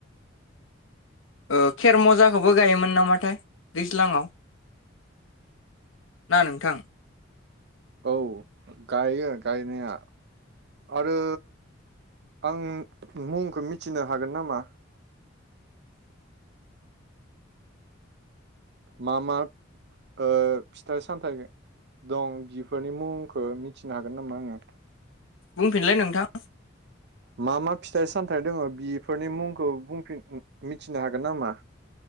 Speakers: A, on the left (about 80°); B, on the right (about 60°).
A: ओ खेरमजाखौबो गायोमोन नामाथाय दैज्लाङाव ना नोंथां?
B: औ गायो गायनाया आरो आं मुंखौ मिथिनो हागोन नामा? मा मा ओ फिथाइ सामथाइ दं बिफोरनि मुंखौ मिथिनो हागोन नामा आङो?
A: बुंफिनलाय नोंथां
B: मा मा फिथाइ सामथाइ दोङो बेफोरनि मुंखौ बुंफिन मिथिनो हागोन नामा?